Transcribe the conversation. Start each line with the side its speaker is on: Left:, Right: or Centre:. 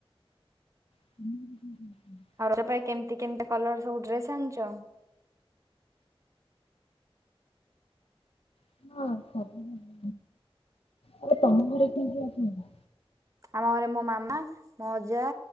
Left: <unintelligible>
Right: ରଜ ପାଇଁ କେମିତି କେମିତି କଲର ସବୁ ଡ୍ରେସ ଆଣିଛ?
Left: ହଁ <unintelligible> ଆରେ ତମ ଘରେ କିଏ କିଏ ଅଛନ୍ତି?
Right: ଆମ ଘରେ ମୋ ମାମା, ମୋ ଅଜା,